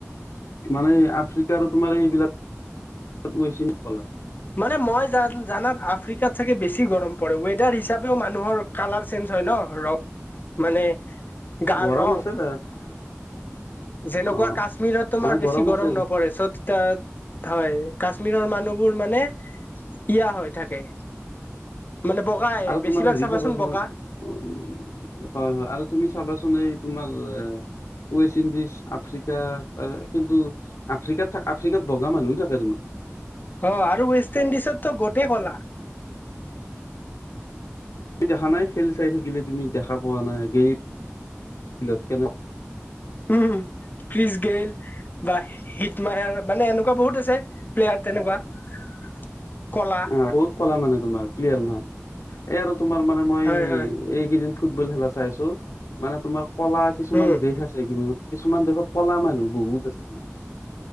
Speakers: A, on the left (about 85°); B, on the left (about 40°).
A: মানে আফ্ৰিকাৰ তোমাৰ এইবিলাক। গৈছিল কলা
B: মানে মই জান জানাৰ। আফ্ৰিকাত চাগে বেছি গৰম পৰে, ৱেডাৰ হিচাপেও মানুহৰ কালাৰ চেঞ্জ হয় ন ৰক। মানে। গাৰ
A: গৰম
B: ৰং
A: আছে তাত।
B: যেনেকুৱা
A: অ
B: কাশ্মীৰত তোমাৰ
A: মানে
B: বেছি গৰম
A: আছে
B: নপৰে চ'ত তাত হয়। কাশ্মীৰৰ মানুহবোৰ মানে ইয়া হৈ থাকে। মানে বগাই
A: আৰু
B: বেছিভাগ
A: তোমাৰ হেৰি চাবাচোন
B: বগা
A: হয় হয় আৰু তুমি চাবাচোন এই তোমাৰ। ৱেষ্ট ইণ্ডিজ, আফ্ৰিকা কিন্তু আফ্ৰিকাত থাক আফ্ৰিকাত বগা মানুহো থাকে দেখোন।
B: অ' আৰু ৱেষ্ট ইণ্ডিজৰতো গোটেই ক'লা।
A: তুমি দেখা নাই খেল চাই থাকিলে তুমি দেখা পোৱা নাই কিচগেইল কেনেকুৱা।।
B: উম কিচগেইল বা হিতমাইৰ মানে এনেকুৱা বহুত আছে। প্লেয়াৰ তেনেকুৱা। কলা
A: অ' বহুত কলা মানে তোমাৰ ক্লিয়াৰ মাহ এই আৰু তোমাৰ মানে মই
B: হয় হয়
A: এইকেইদিন। ফুটবল খেলা চাইছো মানে তোমাৰ ক'লা কিছুমান
B: উম
A: দেশ আছে কি। কিছুমান দেশত ক'লা মানুহ বহু আছে।